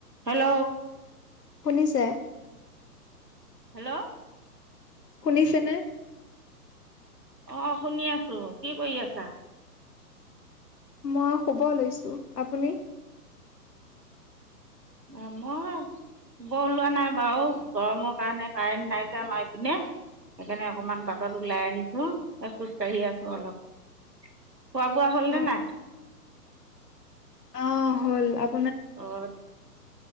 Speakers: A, on the right; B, on the left.
A: Hello.
B: শুনিছে?
A: Hello.
B: শুনিছেনে?
A: অ' শুনি আছোঁ। কি কৰি আছা?
B: মই শুব লৈছো। আপুনি?
A: আম <unintelligible> শুব ওলোৱা নাই বাৰু গৰমৰ কাৰণে কাৰেণ্ট নাই যেয আমাৰ এইপিনে। সেইকাৰণে অকনমান বাটত ওলাই আহিছোঁ খোজ কঢ়ি আছোঁ অলপ খোৱা বোৱা হ'লনে
B: অ',
A: নাই?
B: অ' হ'ল আ
A: অ'